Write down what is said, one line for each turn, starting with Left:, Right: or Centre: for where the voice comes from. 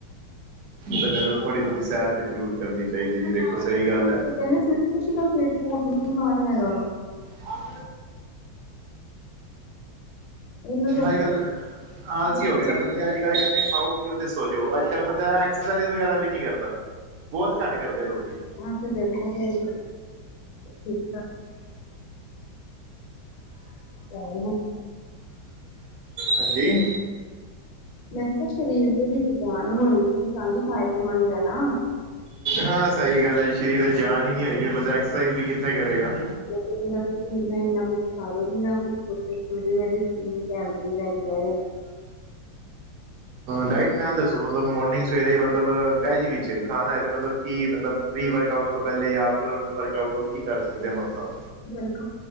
Right: ਬੰਦੇ ਨੂੰ ਥੋੜ੍ਹੀ ਬਹੁਤੀ ਸੈਰ ਤੇ ਜ਼ਰੂਰ ਕਰਨੀ ਚਾਹੀਦੀ ਹੈ ਜੀ ਦੇਖੋ
Left: ਵਾਪਸ
Right: ਸਹੀ ਗੱਲ ਏ।
Left: <inaudible> ਤਿੰਨ ਸੀ ਤੁਸੀਂ ਤਾਂ ਪੇਟ ਪੋਟ ਨ ਬਾਹਰ ਹਾ ਹੈਗਾ ਉਹ
Right: ਹਮ
Left: ਉਹਨੂੰ ਲੋਕ
Right: ਅਜ ਕੱਲ ਆਲਸੀ
Left: ਬਸ
Right: ਹੋ ਗਏ ਤਾਂ ਬੰਦੇ। ਆਜ ਕਹਿੰਦੇ ਖਾਓ ਪੀਓ ਤੇ ਸੋਜੋ ਅੱਜ ਕੱਲ ਬੰਦਾ ਐਕਸਰਸਾਈਜ਼ ਵਗੈਰਾ ਵੀ ਨਹੀਂ ਕਰਦਾ। ਬਹੁਤ ਘੱਟ ਕਰਦੇ ਆ ਲੋਕੀ।
Left: ਹਾਂ ਤੇ ਦੇਖ ਫੇਰ। ਠੀਕ ਆ। <inaudible> ਹੂੰ
Right: ਹਾਂਜੀ
Left: ਮੈਂ ਕਿਹਾ ਸਰੀਰ ਦੇ ਵਿੱਚ ਜਾਨ ਹੋਏਗੀ ਤਾਂ ਹੀ ਫ਼ਾਇਦੇਮੰਦ ਹੈ ਨਾ।
Right: ਹਾਂ ਸਹੀ ਗੱਲ ਏ ਸਰੀਰ ਜਾਨ ਹੀ ਨੀ ਹੋਏਗੀ ਬੰਦਾ ਐਕਸਰਸਾਈਜ਼ ਵੀ ਕਿੱਥੇ ਕਰੇਗਾ?
Left: ਫੋਟ ਦਾ ਤੁਸੀਨਾ ਇੰਨਾ ਕੁਛ ਖਓ ਬਿਨਾਂ ਕੁਛ ਛੋਟੇ ਦੇੰਨੀ ਕੈਲਰੀ ਹੈਗੀਆਂ ਨੇ।
Right: ਡਾਇਟ ਪਲੈਨ ਦੱਸੋ, ਮਤਲਬ ਮੋਰਨਿੰਗ ਸਵੇਰੇ ਮਤਲਬ ਵੈਜ ਵਿੱਚ ਖਾਣਾ ਹੈ ਤੇ ਮਤਲਬ ਕੀ ਮਤਲਬ ਪ੍ਰੀ ਵਰਕ ਆਊਟ ਤੋਂ ਪਹਿਲੇ ਆਫਟਰ ਵਰਕ ਆੳਟ ਉਹ ਕੀ ਕਰ ਸਕਦੇ ਆ ਮਤਲਬ
Left: ਵਰਕ